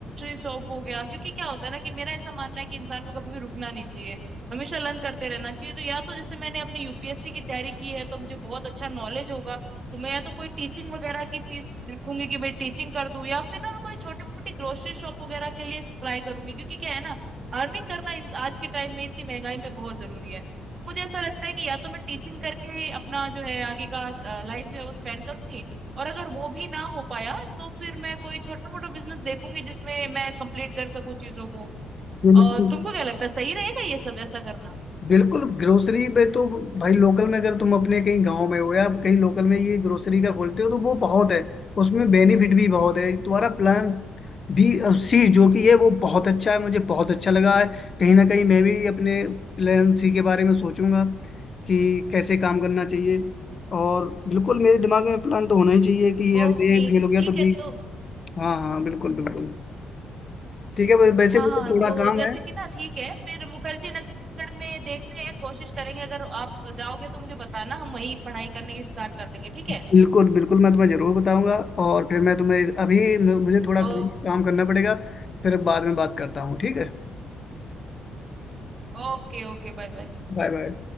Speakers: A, on the right; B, on the left.
A: शॉप हो गया क्योंकि क्या होता है ना कि मेरा ऐसा मानना है कि इंसान को कभी भी रुकना नहीं चाहिए हमेशा लर्न करते रहना चाहिए तो या तो जैसे मैंने अपनी यूपीएससी की तैयारी की है तो मुझे बहुत अच्छा नॉलेज होगा तो मैं या तो कोई टीचिंग वगैरह की चीज देखूंगी कि भाई टीचिंग कर दूं या फिर ना मैं कोई छोटी मोटी ग्रोसरी शॉप वगैरह के लिए ट्राई करूंगी क्योंकि क्या है ना अर्निंग करना इन- आज के टाइम में इतनी महंगाई में बहुत जरूरी है मुझे ऐसा लगता है कि या तो मैं टीचिंग करके अपना जो है आगे का लाइफ जो है वो स्पेंड करूंगी और अगर वो भी ना हो पाया तो फिर मैं कोई छोटा मोटा बिजनेस देखूंगी जिसमें मैं कंप्लीट कर सकूं चीजों को
B: बिल्कुल
A: और तुमको क्या लगता है सही रहेगा ये सब ऐसा करना
B: बिल्कुल ग्रोसरी पे तो भाई लोकल में अगर तुम अपने कहीं गांव में हो या कहीं लोकल में ये ग्रोसरी का खोलते हो तो वो बहुत है उसमें बेनिफिट भी बहुत है तुम्हारा प्लान बी सी जो कि है वो बहुत अच्छा है मुझे बहुत अच्छा लगा है कहीं ना कहीं मैं भी अपने प्लान सी के बारे में सोचूंगा कि कैसे काम करना चाहिए और बिल्कुल मेरे दिमाग में प्लान तो होना ही चाहिए कि ये
A: ओके
B: अगर ये फेल
A: ठीक
B: हो गया तो बी
A: है तो
B: हाँ हाँ बिल्कुल बिल्कुल ठीक है वैसे
A: हाँ
B: मुझे
A: हाँ
B: थोड़ा
A: तो
B: काम
A: जैसे
B: है
A: कि ना ठीक है फिर मुखर्जी नगर में देखते हैं कोशिश करेंगे अगर आप जाओगे तो मुझे बताना हम वहीं पढ़ाई करने की स्टार्ट कर देंगे ठीक है
B: बिल्कुल बिल्कुल मैं तुम्हें जरूर बताऊंगा और फिर मैं तुम्हें अभी मुझे थोड़ा
A: ओ,
B: काम काम करना पड़ेगा फिर बाद में बात करता हूँ ठीक है
A: ओके ओके बाय बाय
B: Bye bye